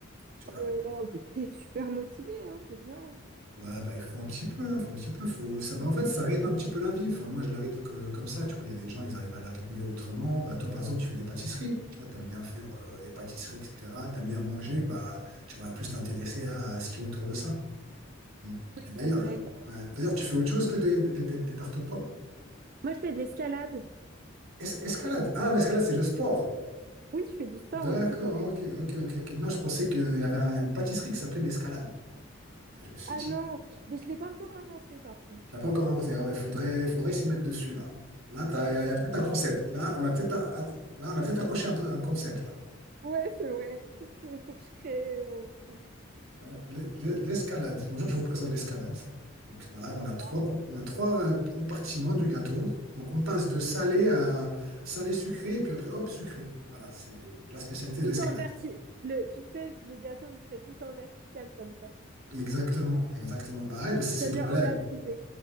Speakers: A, on the right; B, on the right.
A: tu vois
B: Euh, t'es super motivé, hein, c'est bien. hein.
A: Ouais, bah, il faut un petit peu, il faut un petit peu, faut... Ça, bah, en fait, ça rythme un petit peu la vie. Enfin, moi, je la rythme que, comme ça, tu vois. Il y a des gens, ils arrivent à la rythmer autrement. Bah, toi, par exemple, tu fais des pâtisseries. Tu vois, t'aimes bien faire euh, des pâtisseries, etc. T'aimes bien manger, bah, tu vas plus t'intéresser à, à ce qui est autour de ça. Mm.
B: Oui,
A: Et d'ailleurs,
B: c'est vrai.
A: ouais, d'ailleurs, tu fais autre chose que des, des, des- des tartes aux pommes.
B: Moi, je fais de l'escalade.
A: Es- escalade. Ah, l'escalade, c'est le sport.
B: Oui, je fais du sport
A: D'accord,
B: aussi quand même.
A: ok, ok, ok, ok. Non, je pensais qu'il y avait un- une pâtisserie qui s'appelait l'escalade. Je me suis
B: Ah
A: dit,
B: non, mais je l'ai pas encore inventé par contre.
A: Tu l'as pas encore annoncé. Ah ouais, faudrait, faudrait s'y mettre dessus, là. Là, t'as- il y a, il y a peut-être un concept. Là, on a peut-être a- là, on a peut-être accroché un peu un concept, là.
B: Ouais, c'est vrai. Peut-être qu'il faut que je crée un, un truc comme
A: Ouais.
B: ça.
A: Le- le- L'escalade. Bonjour, je vous présente l'escalade. Donc voilà, on
B: Voilà.
A: a trois, com- on a trois euh, compartiments du gâteau. Donc on passe de salé à salé sucré, et puis après, hop, sucré. Voilà, c'est la spécialité de
B: Tout
A: l'escalade.
B: en vertical. Le, tu sais, le gâteau, il serait tout en vertical comme ça.
A: Exactement, exactement. Bah ouais, bah, c'est
B: Ça
A: pour
B: y est, on
A: là.
B: a trouvé.